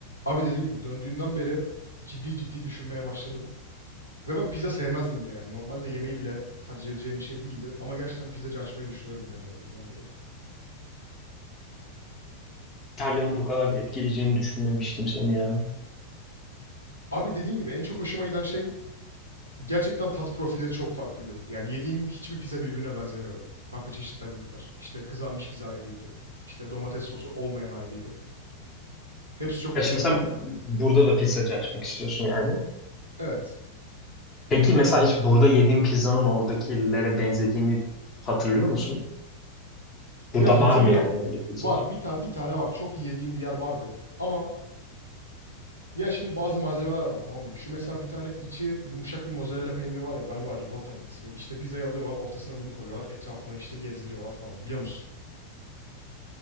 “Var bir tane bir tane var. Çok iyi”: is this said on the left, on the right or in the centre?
Left